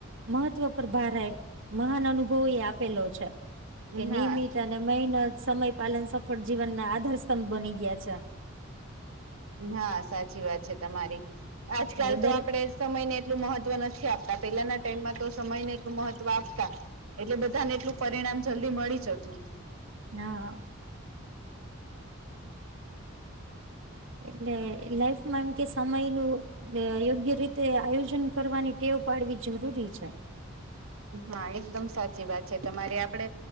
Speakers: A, on the right (about 65°); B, on the right (about 80°).
A: મહત્વ પર ભાર આવ્યા મહાન અનુભવ એ આપેલો છે કે નિયમિત
B: હા
A: અને ને મહેનત સમય પાલન સફળ જીવન ના આધારસ્તંભ બની ગયા છે.
B: હા સાચી વાત છે તમારી આજકાલ
A: એટલે
B: તો
A: દરે
B: આપડે સમય ને એટલું મહત્વ નથી આપતા પેલાના ટાઈમમાં તો સમય ને એટલું મહત્વ આપતા એટલે બધાને એટલું પરિણામ જલ્દી મળી જતું.
A: હા હા એટલે લાઈફમાં એમ કે સમય નું એ યોગ્ય રીતે આયોજન કરવાની ટેવ પાડવી જરૂરી છે.
B: હા એકદમ સાચી વાત છે તમારી આપડે